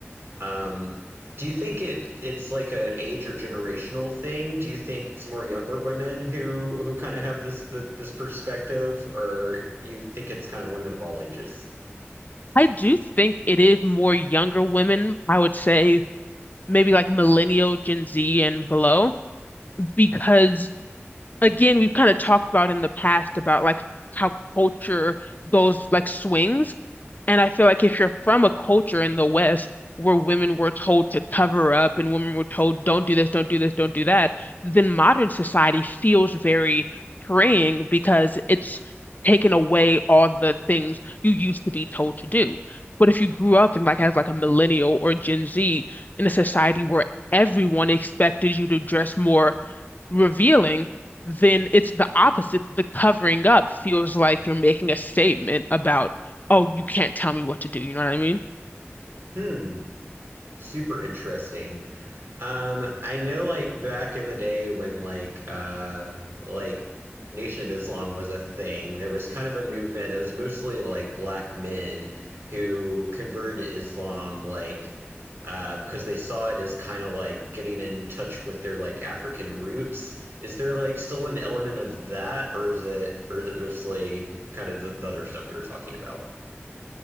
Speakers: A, on the right (about 60°); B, on the left (about 40°).
A: Um, do you think it it's like an age or generational thing? Do you think it's more younger women who who kind of have this th this perspective, or do you think it's kind of women of all ages?
B: I do think it is more younger women, I would say maybe like millennial, Gen Z and below, because again, we've kind of talked about in the past about like how culture goes like swings. And I feel like if you're from a culture in the West where women were told to cover up and women were told, don't do this, don't do this, don't do that, then modern society feels very freeing because it's taken away all the things you used to be told to do. But if you grew up in like as like a millennial or Gen Z in a society where everyone expected you to dress more revealing, then it's the opposite. The covering up feels like you're making a statement about, oh, you can't tell me what to do. You know what I mean?
A: Hmm, super interesting. Um, I know like back in the day when like uh like Nation of Islam was a thing, there was kind of a movement that was mostly like black men who converted to Islam like uh because they saw it as kind of like getting in touch with their like African roots. Is there like still an element of that or is it or is it mostly kind of the, the other stuff we were talking about?